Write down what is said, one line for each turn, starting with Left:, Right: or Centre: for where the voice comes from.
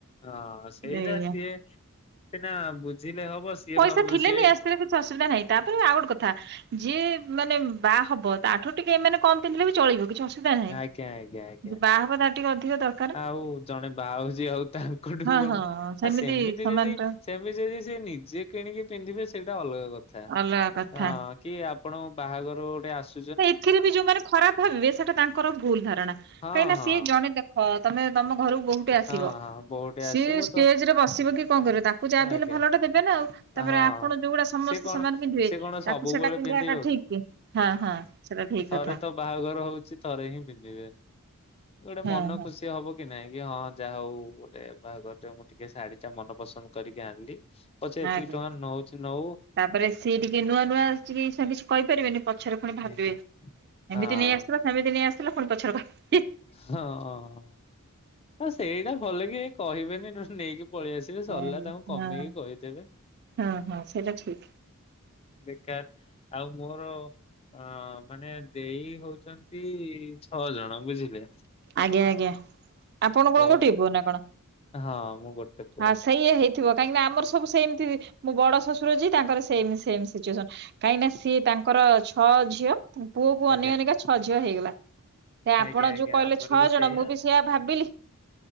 Left: ହଁ ସେଇଟା
Right: ଏଇଆ।
Left: ସିଏ ସିନା ବୁଝିଲେ ହବ। ସିଏ
Right: ପଇସା
Left: ଭାବ
Right: ଥିଲେ
Left: ସିଏ
Right: ନେଇ ଆସିଥିଲେ କିଛି ଅସୁବିଧା ନାହିଁ। ତାପରେ ବି ଆଉ ଗୋଟେ କଥା ଯିଏ ମାନେ ବାହା ହବ ତାଠାରୁ ଟିକେ ଏମାନେ କମ୍ ପିନ୍ଧିଲେ ବି ଚଳିବ କିଛି ଅସୁବିଧା ନାହିଁ,
Left: ଆଜ୍ଞା ଆଜ୍ଞା ଆଜ୍ଞା
Right: ଯିଏ ବାହା ହବ ତାର ଟିକେ ଅଧିକ ଦର
Left: ଆଉ ଜଣେ ବାଆ ହଉଚି ଆଉ ତାଙ୍କଠୁ
Right: ହଁ
Left: କଣ
Right: ହଁ
Left: ଆଉ ସେମିତି
Right: ସମାନ
Left: ଯଦି
Right: ଟା
Left: ଏମିତି ଯଦି ସିଏ ନିଜେ କିଣିକି ପିନ୍ଧିବେ ସେଇଟା ଅଲଗା କଥା,
Right: ଅଲଗା କଥା।
Left: ହଁ। କିଏ ଆପଣ ବାହାଘରୁ ଗୋଟେ ଆସୁ
Right: ନା ଏଥିରେ ବି ଯୋଉମାନେ ଖରାପ ଭାବିବେ ସେଇଟା ତାଙ୍କର ଭୁଲ ଧାରଣା। କାହିଁକି
Left: ହଁ
Right: ନା
Left: ହଁ
Right: ସିଏ ଜଣେ ଦେ ହଁ ତୋମେ ତୋମ ଘରକୁ ବହୁ ଟେ ଆସିବ
Left: ହଁ ହଁ ବୋହୂଟେ
Right: ସିଏ
Left: ଆସିବ
Right: ଷ୍ଟେଜ୍
Left: ତ
Right: ରେ ବସିବ କି କଣ କରିବ ତାକୁ ଯାହା ବି
Left: ଆଜ୍ଞା
Right: ହେଲେ ଭଲଟେ ଦେବେ ନା ଆଉ। ତାପରେ
Left: ହଁ।
Right: ଆପଣ ଯୋଉଗୁଡା ସମସ୍ତେ
Left: ସେ କଣ
Right: ସମାନ ପିନ୍ଧିବେ
Left: ସେ କଣ ସବୁବେଳେ
Right: ତାକୁ ସେଟା ପିନ୍ଧେଇବାଟା
Left: ପିନ୍ଧିବ
Right: ଠିକ୍ କି? ହଁ, ହଁ। ସେଟା ଠିକ
Left: ଥରେ
Right: କଥା
Left: ତ ବାହାଘର ହଉଛି ଥରେ ହିଁ ପିନ୍ଧିବେ। ଗୋଟେ
Right: ହଁ
Left: ମନ
Right: ହଁ
Left: ଖୁସି ହବ କି ନାଇଁ କି ହଁ ଯାହା ହଉ ଗୋଟେ ବାହାଘରଟେ ମୁଁ ଟିକେ ଶାଢୀ ଟା ମନ ପସନ୍ଦ କରିକି ଆଣିଲି ପଛେ ଏତିକି
Right: ଆଜ୍ଞା।
Left: ଟଙ୍କା ନଉଚି ନଉ
Right: ତାପରେ ସିଏ ଟିକେ ନୂଆ ନୂଆ ଆସିଛି, ଏଇ ସାଙ୍ଗେ କିଛି କହିପାରିବେନି। ପଛରେ ଫୁଣି ଭାବିବେ,
Left: ଆଜ୍ଞା। ହଁ
Right: ଏମିତି ନେଇ ଆସିଥିଲ, ସେମିତି ନେଇ ଆସିଥିଲ। ପୁଣି ପଛରେ ଭାବ
Left: ହଁ ଅ, ସେଇଟା ଭଲ କି ଏ କହିବେନି ତ ନେଇକି ପଳେଇ ଆସିବେ ସରିଲା
Right: ଆଜ୍ଞା
Left: ତାଙ୍କୁ କମେଇକି
Right: ହଁ।
Left: କହିଦେବେ।
Right: ହଁ ହଁ ସେଇଟା ଠିକ
Left: ବେକାର ଆଉ ମୋର ଅଁ ମାନେ ଦେଇ ହଉଛନ୍ତି ଛଅ ଜଣ ବୁଝିଲେ।
Right: ଆଜ୍ଞା ଆଜ୍ଞା ଆପଣ
Left: ତ
Right: କଣ ଗୋଟିଏ ପୁଅ ନା କଣ?
Left: ହଁ ମୁଁ ଗୋଟେ ପୁଅ
Right: ହଁ ସେଇଆ ହେଇ ଥିବ କାହିଁକି ନା ଆମର ସବୁ ସେମତି ମୋ ବଡ ଶଶୁର ଯିଏ ତାଙ୍କର ସେମ ସେମ ସିଚୁଏସନ। କାହିଁକି ନା ସିଏ ତାଙ୍କର ଛଅ ଝିଅ, ପୁଅକୁ
Left: ଆଜ୍ଞା
Right: ଅନେଇ ଅନେଇକା ଛଅ ଝିଅ ହେଇଗଲା। ସେ
Left: ଆଜ୍ଞା
Right: ଆପଣ
Left: ଆଜ୍ଞା
Right: ଯୋଉ କହିଲେ
Left: ଆମର
Right: ଛଅ
Left: ବି ସେଇଆ।
Right: ଜଣ ମୁଁ ଭାବିଲି